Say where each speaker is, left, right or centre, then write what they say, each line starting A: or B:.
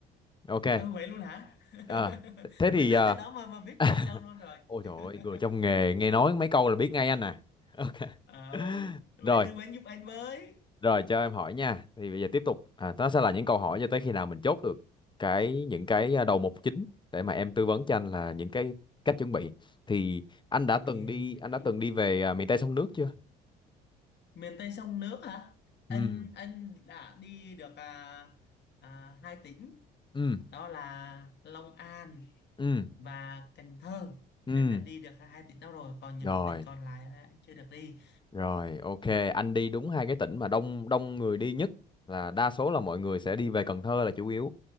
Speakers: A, on the left; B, on the left.
A: Ok.
B: ờ, vậy luôn hả
A: À,
B: <laughs>
A: thế
B: mới
A: thì
B: nói
A: à,
B: tới đó mà mà biết
A: <laughs>
B: cả đi đâu luôn rồi
A: ôi
B: <laughs>
A: trời ơi, người trong nghề nghe nói mấy câu là biết ngay anh à. Ok.
B: ờ
A: <laughs>
B: vậy
A: Rồi,
B: tư vấn giúp anh với
A: rồi cho em hỏi nha. Thì bây giờ tiếp tục à, nó sẽ là những câu hỏi cho tới khi nào mình chốt được cái những cái à, đầu mục chính để mà em tư vấn cho anh là những cái cách chuẩn bị. Thì anh
B: ok
A: đã từng đi
B: nhất
A: anh
B: trí
A: đã từng đi về à, miền Tây sông nước chưa?
B: miền Tây sông nước hả anh
A: Ừ.
B: anh đã đi được à, à, hai tỉnh
A: Ừ.
B: đó là Long An
A: Ừ.
B: và Cần Thơ
A: Ừ.
B: anh đã đi được hai tỉnh đó rồi còn những
A: Rồi,
B: tỉnh còn lại là anh chưa được đi
A: rồi, ok, anh đi đúng hai cái tỉnh mà đông đông người đi nhất là đa số là mọi người sẽ đi về Cần Thơ là chủ yếu.